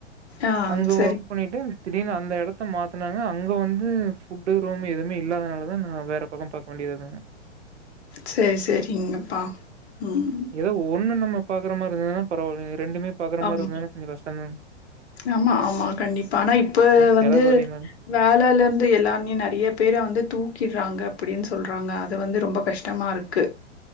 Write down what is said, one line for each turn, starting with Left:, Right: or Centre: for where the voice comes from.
Left: ஆ
Right: அங்க
Left: சரி.
Right: ஒர்க் பண்ணிட்டு திடீர்னு அந்த இடத்த மாத்தினாங்க அங்க வந்து ஃபுட்டு ரூம் எதுவுமே இல்லாததுனாலதா நா வேற பக்க பாக்க வேண்டி இருந்த
Left: செரி செரிங்கப்பா ம்
Right: ஏதோ ஒண்ணு நம்ம பாக்குற மாதிர இருந்தானா பரவாயில்ல ரெண்டுமே பாக்ற
Left: ஆமா.
Right: மாதிரி இருந்தானா கொஞ்ச கஷ்டதாங்க
Left: ஆமா ஆமா கண்டிப்பா ஆனா இப்ப வந்து
Right: செலவு அதிகமா
Left: வேலையில இருந்து எல்லாமே நெறைய பேர வந்து தூக்கிட்றாங்க அப்டின் சொல்றாங்க அது வந்து ரொம்ப கஷ்ட் டமாருக்கு